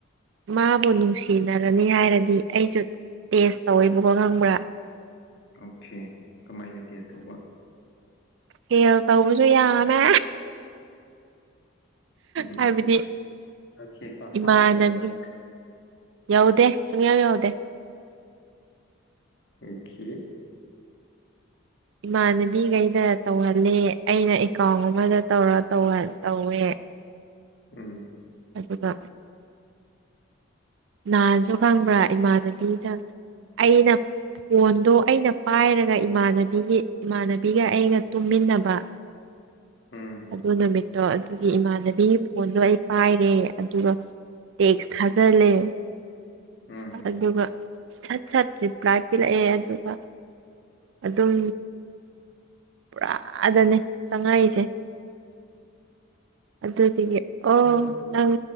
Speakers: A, on the right (about 65°); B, on the left (about 55°).
A: ꯃꯥꯕꯨ ꯅꯨꯡꯁꯤꯅꯔꯅꯤ ꯍꯥꯏꯔꯗꯤ ꯑꯩꯁꯨ ꯇꯦꯁ ꯇꯧꯋꯤꯕꯀꯣ ꯈꯪꯕ꯭ꯔꯥ
B: ꯑꯣꯀꯦ ꯀꯃꯥꯏꯅ ꯇꯦꯁ ꯇꯧꯕ
A: ꯍꯦꯜ ꯇꯧꯁꯨ ꯌꯥꯃꯦ
B: ꯎꯝ
A: ꯍꯥꯏꯕꯗꯤ
B: ꯑꯣꯀꯦ ꯄꯥꯛꯃꯛ
A: ꯏꯃꯥꯟꯅꯕꯤ
B: ꯌꯧꯗꯕ
A: ꯌꯥꯎꯗꯦ ꯁꯨꯡꯌꯥ ꯌꯥꯎꯗꯦ
B: ꯑꯣꯈꯤ
A: ꯏꯃꯥꯟꯅꯕꯤꯈꯩꯗ ꯇꯧꯍꯜꯂ ꯑꯩꯅ ꯑꯦꯀꯥꯎꯟ ꯑꯃꯗ ꯇꯧꯔ ꯇꯧꯋꯦ
B: ꯎꯝ
A: ꯑꯗꯨꯒ ꯍꯥꯟꯟꯁꯨ ꯈꯪꯕ꯭ꯔꯥ ꯏꯃꯥꯟꯅꯕꯤꯗ ꯑꯩꯅ ꯐꯣꯟꯗꯣ ꯑꯩꯅ ꯄꯥꯏꯔꯒ ꯏꯃꯥꯟꯅꯕꯤꯒꯤ ꯏꯃꯥꯟꯅꯕꯤꯒ ꯑꯩꯒ ꯇꯨꯝꯃꯤꯟꯅꯕ
B: ꯎꯝ
A: ꯑꯗꯨ ꯅꯨꯃꯤꯠꯇꯣ ꯑꯗꯨꯒꯤ ꯏꯃꯥꯟꯅꯕꯤꯒꯤ ꯐꯣꯟꯗꯣ ꯑꯩ ꯄꯥꯏꯔꯦ ꯑꯗꯨꯒ ꯇꯦꯛꯁ ꯊꯖꯔ ꯂꯩꯦ
B: ꯎꯝ
A: ꯑꯗꯨꯒ ꯁꯠ ꯁꯠ ꯔꯤꯄ꯭ꯂꯥꯏ ꯄꯤꯂꯛꯑꯦ ꯑꯗꯨꯒ ꯑꯗꯨꯝ ꯄꯨꯔꯥꯗꯅꯦ ꯆꯪꯉꯥꯏꯁꯦ ꯑꯗꯨꯗꯤꯗꯒꯤ ꯑꯣ
B: ꯀꯩꯅꯣ
A: ꯅꯪ